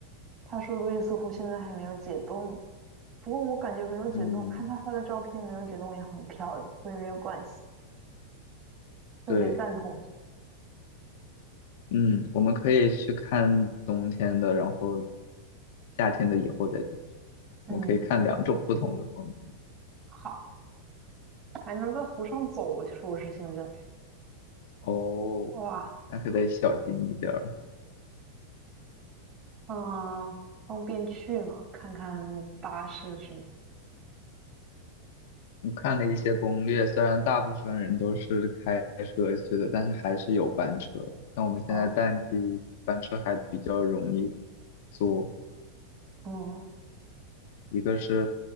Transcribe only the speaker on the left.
嗯，
对，嗯，我们可以去看冬天的，然后夏天的以后再去，
我们可以看两种不同的风景。
哦，
那可得小心一点儿。
我看了一些攻略，虽然大部分人都是开车去的，但是还是有班车。像我们现在淡季，
班车还比较容易坐。
一个是，